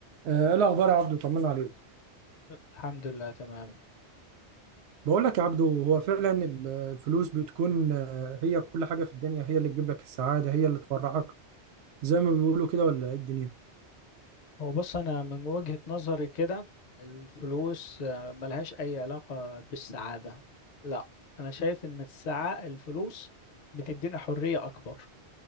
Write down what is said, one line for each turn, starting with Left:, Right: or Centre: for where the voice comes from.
Right: آه، ايه الاخبار يا عبدو طمنا عليك
Left: الحمد لله تمام
Right: بقول لك يا عبدو هو فعلا ال- الفلوس بتكون آه، هي كل حاجه في الدنيا هي اللي تجيب لك السعاده هي اللي تفرحك زي ما بيقولوا كده ولا ايه الدنيا
Left: هو بص أنا من وجهة نظري كده الفلوس آه، ملهاش أي علاقة بالسعادة لا أنا شايف إن السعاء الفلوس بتدينا حرية أكبر